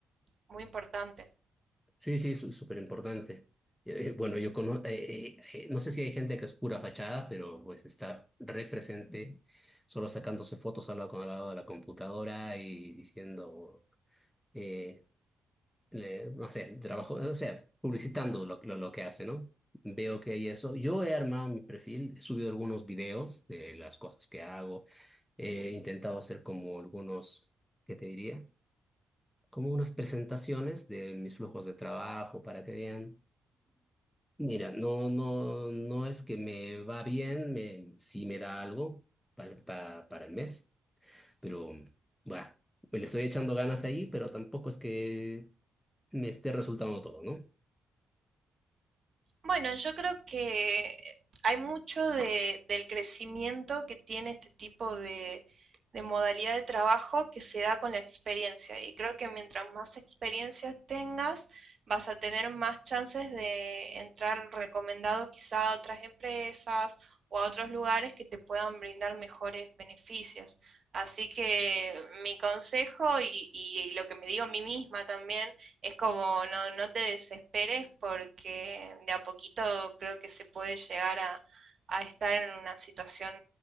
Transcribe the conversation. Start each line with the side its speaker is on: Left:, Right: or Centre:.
Right: muy importante.
Centre: sí, sí, es súper importante. Eh, eh, bueno, yo conozco, no sé si hay gente que es pura fachada, pero pues está represente, solo sacándose fotos al lado, con- al lado de la computadora y diciendo, eh, le- no sé, trabajo, o sea, publicitando lo, lo, lo que hace, ¿no? Veo que hay eso. Yo he armado mi perfil, he subido algunos videos de las cosas que hago, he intentado hacer como algunos, ¿qué te diría? Como unas presentaciones de mis flujos de trabajo para que vean. Mira, no, no, no es que me va bien, me, sí me da algo para, para, para el mes, pero bueno, me le estoy echando ganas ahí, pero tampoco es que me esté resultando todo, ¿no?
Right: Bueno, yo creo que hay mucho de- del crecimiento que tiene este tipo de, de modalidad de trabajo que se da con la experiencia. Y creo que mientras más experiencias tengas, vas a tener más chances de entrar recomendado quizá a otras empresas o a otros lugares que te puedan brindar mejores beneficios. Así que mi consejo y, y y lo que me digo a mí misma también es como no, no te desesperes porque de a poquito creo que se puede llegar a, a estar en una situación